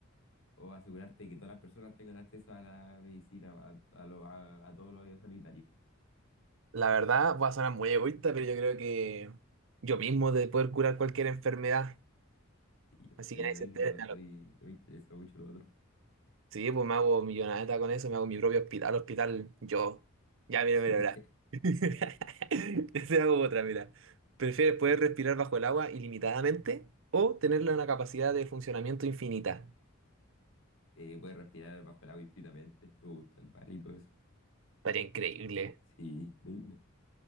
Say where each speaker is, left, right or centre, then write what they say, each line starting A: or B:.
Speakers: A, on the left; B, on the right.
A: ¿O asegurarte que todas las personas tengan acceso a la medicina, a, a, lo- a, a todo lo sanitario?
B: La verdad, va a sonar muy egoísta, pero yo creo que yo mismo de poder curar cualquier enfermedad,
A: Yo
B: así
A: escribiría
B: que nadie
A: lo
B: se
A: mismo,
B: entere,
A: pero no estoy, no me interesa mucho lo otro.
B: Sí, pues me hago millonada con eso, me hago mi propio hospital, hospital yo. Ya,
A: <laughs>
B: mira, mira,
A: Sí.
B: mira. <laughs> Yo te hago otra, mira. ¿Prefieres poder respirar bajo el agua ilimitadamente o tenerla una capacidad de funcionamiento infinita?
A: Eh, puedes respirar bajo el agua infinitamente, me gusta el mar y todo eso.
B: Estaría increíble,
A: Sí, increíble.